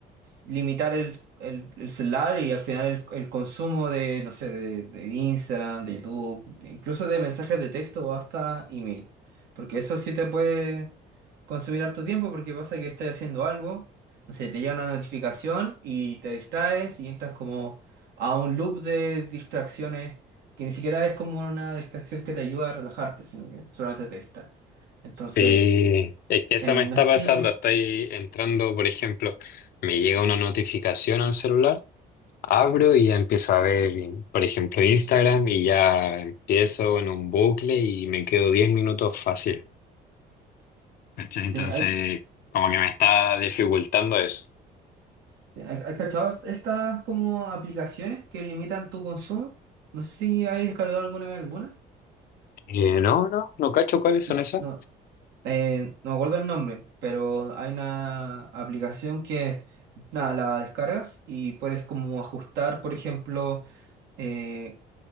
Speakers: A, on the right; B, on the left.
A: limitar el, el- el celular y al final el, el consumo de, no sé, de, de Instagram, de YouTube, incluso de mensajes de texto o hasta email. Porque eso sí te puede consumir harto tiempo porque pasa que estás haciendo algo, no sé, te llega una notificación y te distraes y entras como a un loop de distracciones que ni siquiera es como una distracción que te ayuda a relajarte, sino que solamente te distraes. Entonces,
B: Sí, es que eso
A: eh,
B: me está
A: no sé
B: pasando.
A: si
B: Estoy entrando, por ejemplo, me llega una notificación al celular, abro y ya empiezo a ver, por ejemplo, Instagram y ya empiezo en un bucle y me quedo 10 minutos fácil. ¿Cachai? Entonces,
A: te- hay...
B: como que me está dificultando eso.
A: ¿Has has cachado estas como aplicaciones que limitan tu consumo? No sé si hay descargado alguna vez alguna.
B: Eh, no, no, no cacho cuáles son
A: No,
B: esas.
A: no, eh, no me acuerdo el nombre, pero hay una aplicación que, nada, la descargas y puedes como ajustar, por ejemplo, eh,